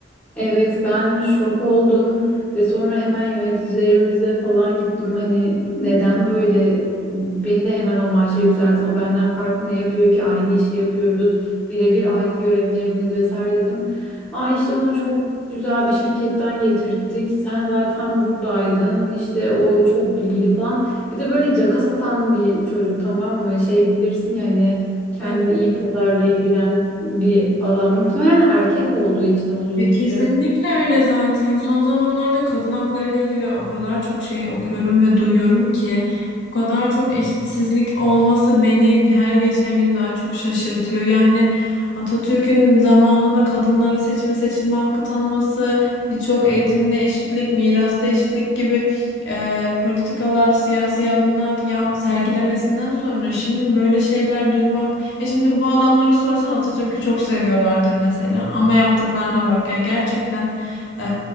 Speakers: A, in the centre; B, on the left.
A: Evet ben şok oldum ve sonra hemen yöneticilerimize falan gittim. Hani neden böyle beni de hemen o maaşa yükseltin. O benden farklı ne yapıyor ki aynı işi yapıyoruz. Birebir aynı görevlerimiz vesaire dedim. Aa işte onu çok güzel bir şirketten getirttik Sen zaten buradaydın. İşte o çok bilgili falan. Bir de böyle caka satan bir çocuk tamam mı? Şey bilirsin ya hani kendini
B: Evet.
A: iyi pazarlayabilen bir adam. Muhtemelen erkek olduğu için olduğunu
B: Ya kesinlikle
A: düşünüyorum.
B: öyle zaten. Son zamanlarda kadın hakları ile ilgili o kadar çok şey okuyorum ve duyuyorum ki bu kadar çok eşitsizlik olması beni her geçen gün daha çok şaşırtıyor. Yani Atatürk'ün zamanında kadınlara seçme seçilme hakkı tanıması, birçok eğitimde eşitlik, mirasta eşitlik gibi e, politikalar, siyasi adımlar ya, sergilemesinden sonra şimdi böyle şeyler duymak e şimdi bu adamlara sorsan Atatürk'ü çok seviyorlardır mesela. Ama yaptıklarına bak. Yani gerçekten e,